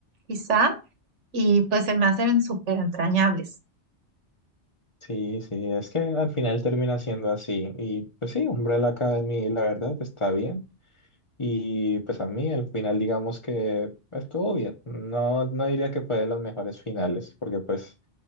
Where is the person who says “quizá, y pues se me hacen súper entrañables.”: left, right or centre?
Right